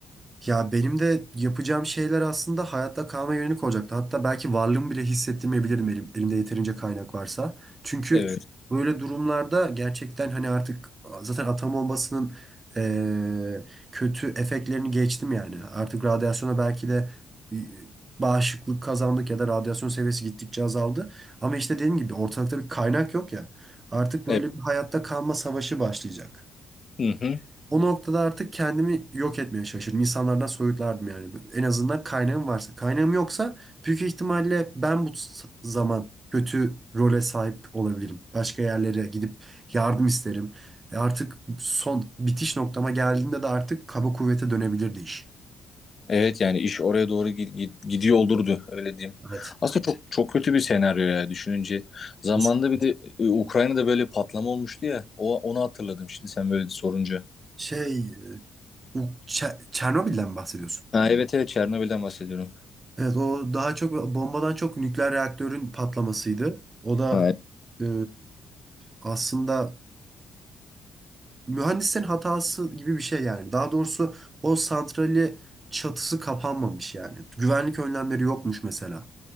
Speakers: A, on the right; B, on the left.
A: Ya benim de yapacağım şeyler aslında hayatta kalma yönelik olacaktı. Hatta belki varlığımı bile hissettirmeyebilirdim elim, elimde yeterince kaynak varsa. Çünkü
B: Evet.
A: böyle durumlarda gerçekten hani artık zaten atom bombasının eee, kötü efektlerini geçtim yani. Artık radyasyona belki de e, bağışıklık kazandık ya da radyasyon seviyesi gittikçe azaldı. Ama işte dediğim gibi ortalıkta bir kaynak yok ya. Artık böyle
B: Evet.
A: bir hayatta kalma savaşı başlayacak.
B: Hı hı.
A: O noktada artık kendimi yok etmeye çalışırdım. İnsanlardan soyutlardım yani. En azından kaynağım varsa. Kaynağım yoksa büyük ihtimalle ben bu s- zaman kötü role sahip olabilirim. Başka yerlere gidip yardım isterim. E artık son bitiş noktama geldiğimde de artık kaba kuvvete dönebilirdi iş.
B: Evet yani iş oraya doğru gi- gi- gidiyor olurdu öyle diyeyim.
A: Evet.
B: Aslında çok çok kötü bir senaryo ya düşününce. Zamanında
A: kesinlikle.
B: bir de e, Ukrayna'da böyle patlama olmuştu ya. O onu hatırladım şimdi sen böyle sorunca.
A: Şey, e, bu Çe- Çernobil'den mi bahsediyorsun?
B: Ha evet evet Çernobil'den bahsediyorum.
A: Evet, o daha çok bombadan çok nükleer reaktörün patlamasıydı. O da
B: Ha, evet.
A: e, aslında mühendislerin hatası gibi bir şey yani. Daha doğrusu o santrali çatısı kapanmamış yani. Güvenlik önlemleri yokmuş mesela.